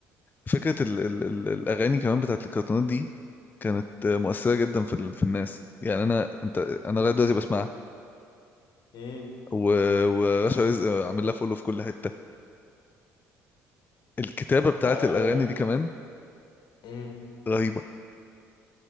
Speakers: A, on the left; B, on the left.
A: فكرة ال ال ال الأغاني كمان بتاعت الكرتونات دي كانت آه، مؤثرة جدا في ال في الناس يعني أنا أنت أنا لغاية دلوقتي بسمعها
B: امم
A: و- ورشا رزق عامل لها فولو في كل حتة الكتابة بتاعت
B: لا
A: الأغاني
B: م-
A: دي كمان
B: امم
A: رهيبة